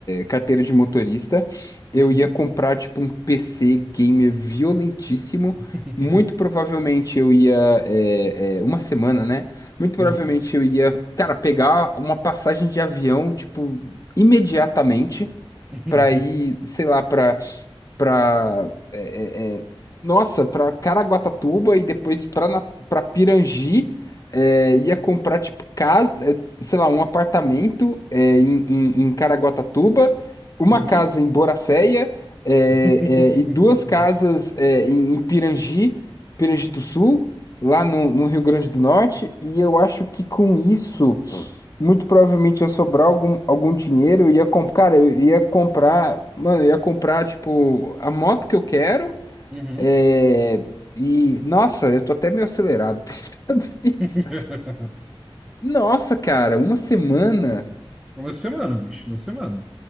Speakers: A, on the left; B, in the centre.
A: carteira de motorista. Eu
B: Uhum.
A: ia comprar, tipo, um PC gamer violentíssimo.
B: <laughs>
A: Muito provavelmente eu ia. é, é, uma semana, né? Muito provavelmente
B: Uhum.
A: eu ia, cara, pegar uma passagem de avião, tipo, imediatamente.
B: <laughs>
A: Pra ir, sei lá, pra para é, é, é, nossa, para Caraguatatuba e depois para para Pirangi, é, ia comprar tipo casa, é, sei lá, um apartamento é, em, em, em Caraguatatuba, uma
B: Uhum.
A: casa em Boracéia é,
B: <laughs>
A: é, e duas
B: Uhum.
A: casas é, em, em Pirangi, Pirangi do Sul, lá no, no Rio Grande do Norte, e eu acho que com isso muito provavelmente ia sobrar algum, algum dinheiro, eu ia comprar, cara, eu ia comprar, mano, eu ia comprar, tipo, a moto que eu quero,
B: Uhum.
A: é... e, nossa, eu tô até meio acelerado <laughs> pensando nisso.
B: <laughs>
A: Nossa, cara, uma semana,
B: Uma semana, bicho, uma semana.